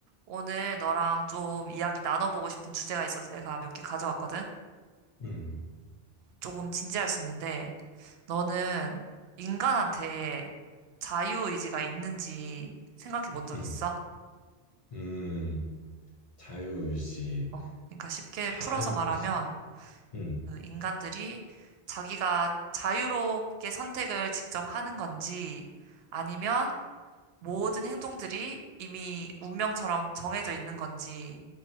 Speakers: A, on the right (about 75°); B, on the left (about 40°).
A: 오늘 너랑 좀 이야기 나눠보고 싶은 주제가 있어서 내가 몇 개 가져왔거든?
B: 음,
A: 조금 진지할 수 있는데, 너는 인간한테 자유의지가 있는지 생각해 본 적
B: 음,
A: 있어?
B: 음, 자유의지,
A: 어, 그러니까 쉽게
B: 자유의지.
A: 풀어서 말하면,
B: 음,
A: 그 인간들이 자기가 자유롭게 선택을 직접 하는 건지, 아니면 모든 행동들이 이미 운명처럼 정해져 있는 건지,